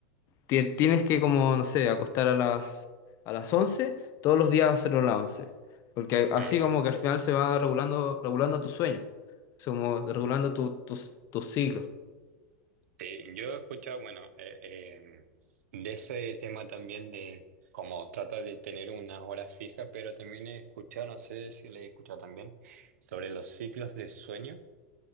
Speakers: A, on the left; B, on the right.
A: ti- tienes que, como, no sé, acostar a las, a las once todos los días hacerlo a las once Porque así
B: ujú.
A: como que al final se va regulando, regulando tu sueño, Es como regulando tu, tus tus siglos.
B: Sí, yo he escuchado, bueno, eh, eh, de ese tema también de cómo trata de tener unas horas fijas, pero también he escuchado, no sé si le he escuchado también, sobre los ciclos de sueño,